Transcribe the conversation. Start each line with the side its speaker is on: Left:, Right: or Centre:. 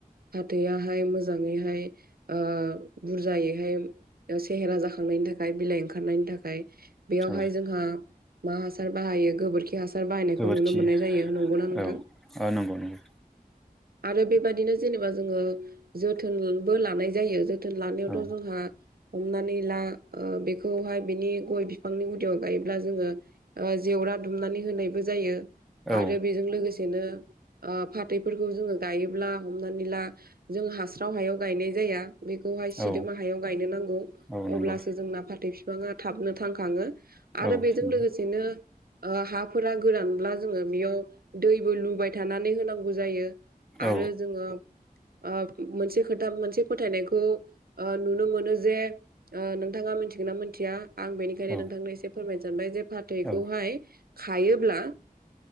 Right: फाथोआ हाय मोजाङैहाय ओ बुरजायैहाय सेहेरा जाखांनायनि थाखाय बिलाइ ओंखारनायनि थाखाय। बेयावहाय
Centre: औ
Right: जोंहा मा हासार बाहायो गोबोरखि हासार बायनायखौ
Centre: गोबोरखि
Right: नुनो मोननाय जायो नंगौना नोंथां?
Centre: औ औ नंगौ नंगौ
Right: आरो बेबाददिनो जेनेबा जोङो जोथोनबो लानाय जायो। जोथोन लानायावथ'
Centre: औ
Right: जोंहा हमनानै ला बेखौहाय बिनि गय बिफांनि गुदियाव गायोब्ला जोङो जेवरा दुमनानै होनायबो जायो।
Centre: औ
Right: आरो बेजों लोगोसेनो फाथैफोरखौ जोङो गायोब्ला हमनानै ला जों हास्राव हायाव गायनाय जाया। बेखौहाय सिदोमा
Centre: औ
Right: हायाव गायनो नांगौ
Centre: औ नंगौ
Right: अब्लासो जोंना फाथै बिफां बिबाङा थाबनो थांखाङो आरो
Centre: औ
Right: बेजों
Centre: नंगौ
Right: लोगोसेनो ओ हाफोरा गोरानब्ला जोङो बेयाव दैबो लुबाय थानानै होनांगौ जायो।
Centre: औ
Right: आरो जोङो ओ मोनसे खोथा मोनसे फोथायनायखौ ओ नुनो मोनो जे नोंथाङा मिथिगोन ना मिथिया? आं बेनिखायनो
Centre: औ
Right: नोंथांनो एसे फोरमायनो सानबाय जे फाथैखौहाय
Centre: औ
Right: खायोब्ला